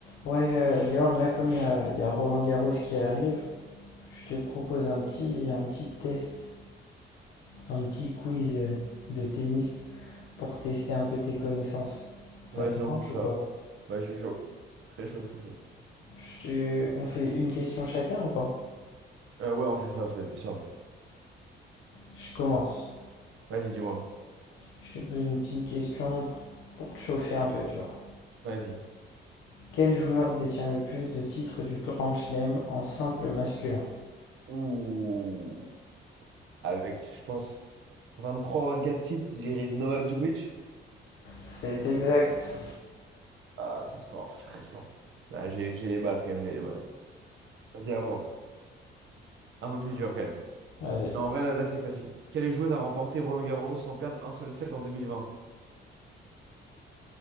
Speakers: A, on the left; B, on the right.
A: Ouais, euh, Léandre, là, comme il y a, il y a Roland Garros qui arrive, je te propose un petit, un petit test, un petit quiz euh, de tennis pour tester un peu tes connaissances. Ça
B: Vas-y,
A: te
B: on
A: branche
B: fait ça.
A: ou quoi?
B: Bah, je suis chaud. Très chaud, très chaud.
A: Je te... On fait une question chacun ou pas?
B: Euh, ouais, on fait ça, c'est plus simple.
A: Je commence.
B: Vas-y, dis-moi.
A: Je te pose une petite question pour, pour te chauffer un peu, tu vois.
B: Vas-y.
A: Quel joueur détient le plus de titres du Grand Chelem en simple masculin?
B: Ouh. Avec, je pense, 23 24 titres, j'irai Novak Djokovic.
A: C'est exact.
B: Ah, c'est fort, c'est très fort. Là, j'ai j'ai les bases quand même, j'ai les bases. Vas-y, à moi. Un peu plus dur quand même.
A: Vas-y.
B: Non, en vrai, là, là c'est facile. Quelle joueuse a remporté Roland Garros sans perdre un seul set en 2020?